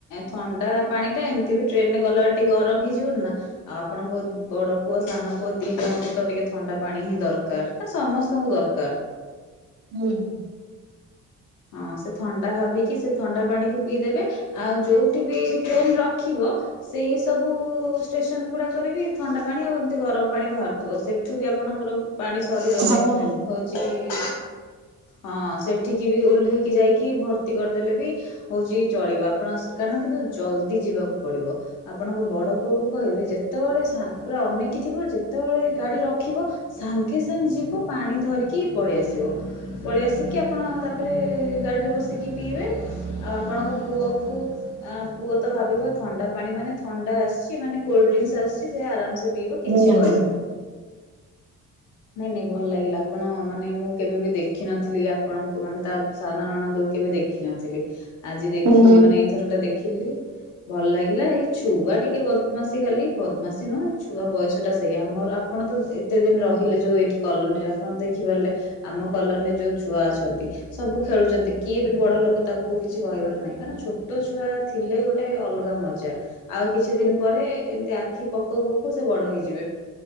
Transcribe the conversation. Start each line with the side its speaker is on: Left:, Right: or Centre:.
Left: ଥଣ୍ଡା ପାଣି ଟା ଏମିତି ବି ଟ୍ରେନରେ ଗଲାବେଳେ ଟିକେ ଗରମ ହେଇଯିବନି ନା। ଆଉ ଆପଣଙ୍କ ବଡ ପୁଅ ସାନ ପୁଅ ଦୁଇ ଜଣଙ୍କୁ ତ ଟିକେ ଥଣ୍ଡା ପାଣି ହିଁ ଦରକାର ହଁ ସମସ୍ତଙ୍କୁ ଦରକାର।
Right: ହୁଁ ହୁଁ।
Left: ହଁ ସେ ଥଣ୍ଡା ଭାବିକି ସେ ଥଣ୍ଡା ପାଣିକୁ ପିଇଦେବେ। ଆଉ ଯୋଉଠି ବି ଟ୍ରେନ ରଖିବ ସେଇ ସବୁ ଷ୍ଟେସନ ଗୁଡାକରେ ବି ଥଣ୍ଡା ପାଣି ଆଉ ଏମତି ଗରମ ପାଣି ବାହାରୁ ତ ସେଠୁ ବି ଆପଣଙ୍କର ପାଣି ଶ୍ ସରିଗଲେ
Right: ହଁ ହଁ।
Left: ହଉଛି ହଁ ସେଠିକ କି ବି ଓହ୍ଲେଇକି ଯାଇକି ଭର୍ତ୍ତି କରିଦେଲେ ବି ହଉଛି ଚଳିବ ଆପଣ କାରଣ କିନ୍ତୁ ଜଲଦି ଯିବାକୁ ପଡିବ। ଆପଣଙ୍କ ବଡ ପୁଅ କୁ କହିବେ ଯେତେବେଳେ ପୁରା ଅନେଇକି ଥିବ ଯେତେବେଳେ ଗାଡି ରଖିବ ସାଙ୍ଗେ ସାଙ୍ଗେ ଯିବ ପାଣି ଧରିକି ପଳେଇ ଆସିବ ପଳେଇ ଆସିକି ଆପଣ ତାକ୍ ତାପରେ ଗାଡ଼ିରେ ବସିକି ପିଇବେ ଆଉ ଆପଣଙ୍କ ପୁଅକୁ ଆ ପୁଅ ତ ଭାବିବ ଥଣ୍ଡା ପାଣି ମାନେ ଥଣ୍ଡା ଆସିଛି ମାନେ କୋଲଡ୍ରିଙ୍କସ ଆସିଛି ସେ ଆରାମସେ ପିଇବ କିଛି
Right: ହୁଁ ହଁ
Left: କହିବନି। ନାଇଁ ନାଇଁ ଭଲ ଲାଗିଲା ଆପଣ ମାନେ ମୁଁ କେବେ ବି ଦେଖିନଥିଲି ଆପଣଙ୍କୁ ମାନେ ତା ସାନ ନଣଡ କୁ କେବେ ଦେଖିନଥିଲି ଆଜି ଦେଖିଲି
Right: ହୁଁ
Left: ମାନେ ଏଇଥର ଟା ଦେଖିଲି। ଭଲ ଲାଗିଲା ଏଇ ଛୁଆ ଟିକେ ବଦମାସୀ ଖାଲି ବଦମାସୀ ନୁହ ଏ ଛୁଆ ବୟସ ଟା ସେଇ ଆମର ଆପଣ ତ ଏତେ ଦିନ ରହିଲେ ଯୋଉ ଏଇଠି କଲୋନୀରେ ଆପଣ ଦେଖିପାରିଲେ ଆମ କଲୋନିରେ ଯୋଉ ଛୁଆ ଅଛନ୍ତି ସବୁ ଖେଳୁଛନ୍ତି କିଏ ବି ବଡ ଲୋକ ତାଙ୍କୁ କିଛି କହିବାର ନାହିଁ କାରଣ ଛୋଟ ଛୁଆ ଥିଲେ ଗୋଟେ ଅଲଗା ମଜା ଆଉ କିଛି ଦିନ ପରେ ଏମିତି ଆଖି ପକଉ ପକଉ ସେ ବଡ ହେଇଯିବେ।